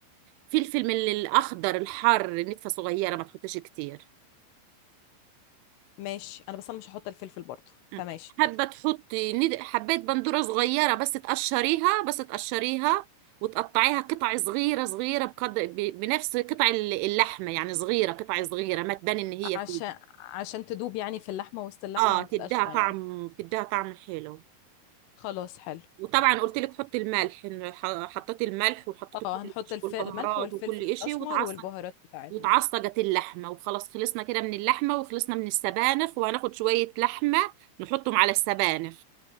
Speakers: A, on the right; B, on the left.
A: فلفل من الأخضر الحار نتفة صغيرة ما تحطيش كتير
B: ماشي انا بس انا مش هحط الفلفل برضه
A: مم.
B: فماشي
A: حابه
B: برضه
A: تحطي ند- حبات بندوره صغيره بس تقشريها بس تقشريها وتقطعيها قطع صغيره صغيره بقدر ب- بنفس قطع ال- اللحمه يعني صغيره قطع صغيره ما تبان ان هي
B: عشان
A: فيه
B: عشان تدوب يعني في اللحمة وسط اللحمة
A: اه
B: ما
A: تديها
B: تبقاش باينة
A: طعم تديها طعم حلو
B: خلاص حلو
A: وطبعا قلت لك حطي الملح إن ح- حطيتي الملح وحطيتي
B: اه
A: كل
B: هنحط
A: شيء
B: الف...
A: والبهارات
B: الملح والفلفل
A: وكل
B: الأسمر
A: شيء وتعصج
B: والبهارات بتاعتنا
A: وتعصجت اللحمه وخلاص خلصنا كده من اللحمه وخلصنا من السبانخ وهناخد شويه لحمه نحطهم على السبانخ